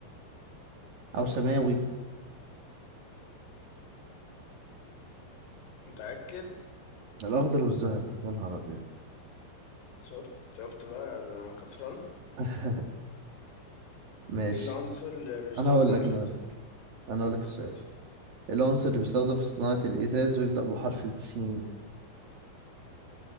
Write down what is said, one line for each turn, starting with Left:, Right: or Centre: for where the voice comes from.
Right: أو سماوي
Left: متأكد
Right: الأخضر والذهبي يا نهار أبيض
Left: شفت شفت بقى أنا كسران
Right: <laughs> ماشي
Left: ايه العنصر اللي بيستخدم
Right: انا هقول لك
Left: في
Right: انا هقول لك انا هقول لك السؤال
Left: ماشي.
Right: العنصر اللي بيستخدم في صناعة الإزاز ويبدأ بحرف السين